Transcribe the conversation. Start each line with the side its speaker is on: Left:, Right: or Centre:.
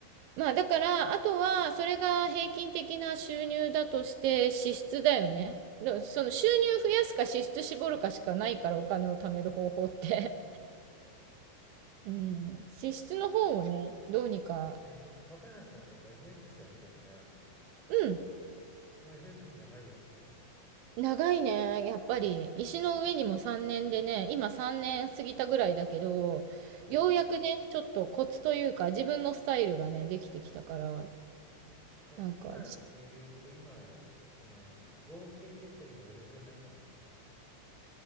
Right: まあだから、あとは、それが平均的な収入だとして支出だよね。その収入増やすか支出絞るかしかないからお金を貯める方法って。
Centre: うん
Right: <laughs> うん。支出の方をね、どうにか。
Centre: え、若菜さんってやっぱ FX やってるじゃん。
Right: うん。
Centre: もう FX 長いですよね。
Right: 長いね、やっぱり。石の上にも3年でね、今3年過ぎたぐらいだけど、
Centre: うん。
Right: ようやくね、ちょっとコツというか、自分のスタイルがね、できてきたから、
Centre: え、
Right: なんか、
Centre: 今で言うと、今、その、合計で言ったら今どれくらいになったんですか